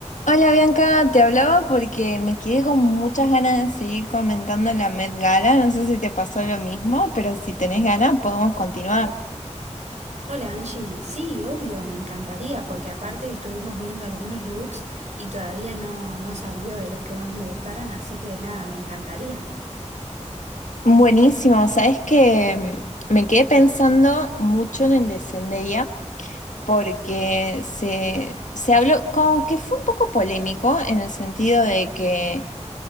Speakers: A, on the left; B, on the right.
A: Hola Bianca, te hablaba porque me quedé con muchas ganas de seguir comentando la Met Gala. No sé si te pasó lo mismo, pero si tenés ganas podemos continuar.
B: Hola Angie, sí, obvio, me encantaría porque aparte estuvimos viendo algunos looks y todavía no, no salió de los que más me gustaran, así que nada, me encantaría.
A: Buenísimo, sabes que mm, me quedé pensando mucho en el de Zendaya porque se, se habló como que fue un poco polémico en el sentido de que